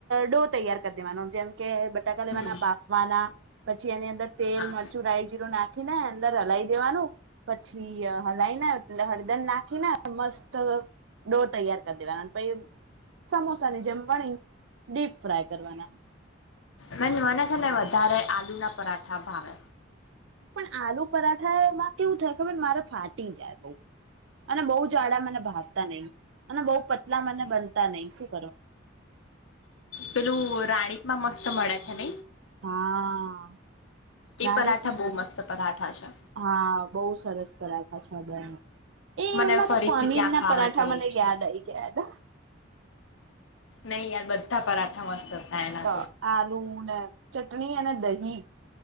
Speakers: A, on the right (about 70°); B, on the left (about 85°).
A: ડો તૈયાર કરી દેવાનો જેમ કે બટાકા
B: હમ
A: લેવાના બાફવાના પછી એની તેલ
B: હા
A: મરચું રાાય જીરું નાખી ને અંદર હલાઈ દેવાનું પછી હલાય ને એટલે હળદર નાખી ને મસ્ત ડો તૈયાર કરી દેવાના પછી સમોસા ની જેમ વણી ડીપ ફ્રાય કરવાના
B: મે મને છે ને વધારે આલુ ના પરાઠા ભાવે
A: પણ આલુ પરાઠામાં કેવું થાય ખર મારે ફાટી જાય બહ અને બહુ જાડા મને ભાવતા નહી અને બહ પતલા મને બનતા નહીિ
B: પેલું રાણીક માં મસ્ત તો મળ છે ન
A: હા
B: એ
A: રાણી
B: પરાઠા બહુ મસ્ત પરાઠા છે
A: હા બહુ સરસ પરાઠા છે બને એ
B: મને
A: એમાં
B: ફરીથી
A: તો પનીર
B: ત્યાં
A: ના
B: ખાવા
A: પરાઠા
B: જવું
A: મને
B: જ છે.
A: યાદ આવી ગયા હા
B: નહી યાર બધા પરાઠા મસ્ત હતા એના
A: તો આલુ ને ચટણી અને દહી